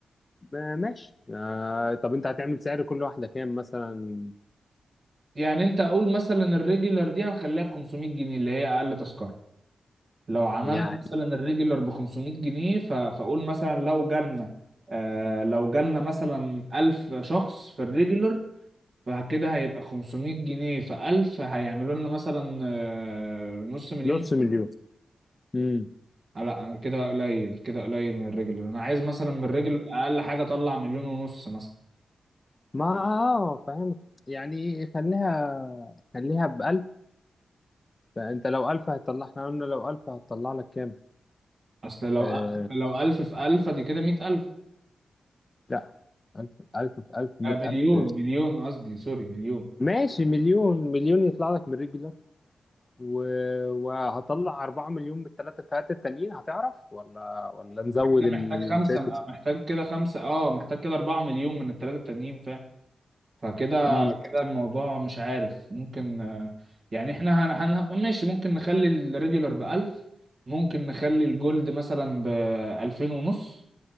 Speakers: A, on the left (about 35°); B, on the right (about 55°).
A: ما- ماشي آه طب انت هتعمل سعر كل واحده كام مثلا
B: يعني انت اقول مثلا الريجولر دي هنخليها ب 500 جنيه اللي هي اقل تذكره لو عملنا
A: يعني
B: مثلا الريجولر ب 500 جنيه ف... فاقول مثلا لو جالنا آه لو جالنا مثلا 1000 شخص في الريجولر فكده هيبقى 500 جنيه في 1000 هيعملوا لنا مثلا آه، نص مليون
A: نص مليون امم
B: آه، لا انا كده قليل كده قليل من الرجل انا عايز مثلا من الرجل اقل حاجه اطلع مليون ونص مثلا
A: ما اه فاهم يعني خليها خليها ب 1000 فانت لو 1000 هتطلع احنا قلنا لو 1000 هتطلع لك كام
B: اصل لو
A: آه
B: ألف لو ألف في ألف دي كده مئة ألف
A: لا 1000 1000 في 1000 100000
B: آه مليون مليون قصدي سوري مليون
A: ماشي مليون مليون يطلع لك من رجل و... وهطلع 4 مليون من الثلاث فئات التانيين هتعرف ولا ولا نزود
B: أنا كده محتاج
A: التيكت
B: خمسة آه، محتاج كده خمسة اه محتاج كده أربعة مليون من التلاتة التانيين فاهم فكده
A: امم
B: كده الموضوع مش عارف ممكن آه، يعني احنا هن... هن... ماشي ممكن نخلي الريجولر بألف ممكن نخلي الجولد مثلا بألفين ونص